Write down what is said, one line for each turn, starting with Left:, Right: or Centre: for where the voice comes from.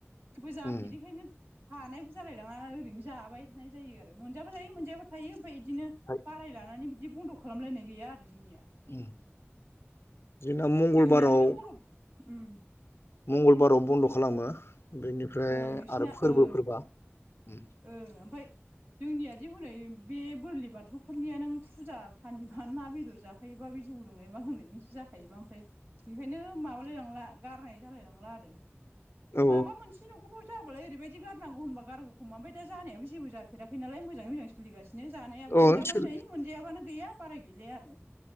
Right: बो जाफेरैखायनो
Left: उम
Right: हानायबो जालायलाङा ओरैनो जाबाय थानाय जायो आरो मोनजाबो जायो मोनजायाबो थायो ओमफ्राय बिदिनो
Left: फाय
Right: बाराय लानानै बिदि बन्द' खालामलायनाय गैया आरो जोंनिया
Left: उम जोंना मंगलबाराव
Right: जोंनि आरो बे बर' उम
Left: मंगलबाराव बन्द' खालामो बेनिफ्राय
Right: ओ नोंसिना
Left: आरो फोरबो
Right: ओ
Left: फोरबा उम
Right: ओ ओमफाय जोंनियादि हनै बे बोरलि बाथौफोरनिया नों फुजा फानिबानो ना बेदर जाखायो बा बे जौ लोंनाय मा लोंनायजोंसो जाखायोबा ओमफ्राय बेखायनो माबालायलांला गारनाय जालायलांला आरो
Left: औ
Right: माबा मोनसे न'खरफोर जाबालाय ओरैबायदि बिदि गारांगौ होनबा गारगौ खा ओम द जानायाब जेबो जाफेराखै नाल मजै मज सलिासिनो बिदिनो जानायाबो
Left: औ
Right: मोनजाबानो
Left: सोल
Right: जायो मोनजायाबानो गैया बाराय गैलाया आरो